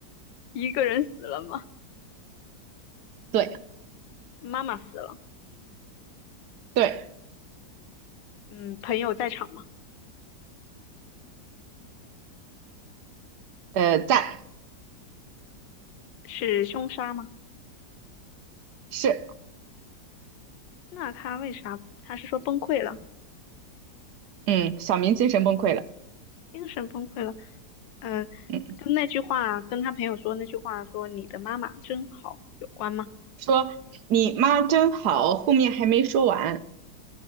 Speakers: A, on the left (about 80°); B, on the right (about 70°).
A: 一个人死了吗？
B: 对
A: 妈妈死了，
B: 对，
A: 嗯，朋友在场吗？
B: 呃，在
A: 是凶杀吗？
B: 是，
A: 那他为啥？他是说崩溃了，
B: 嗯，小明精神崩溃了，
A: 精神崩溃了，嗯、
B: 嗯，
A: 跟那句话，跟他朋友说那句话说你的妈妈真好有关吗？
B: 说你妈真好，后面还没说完，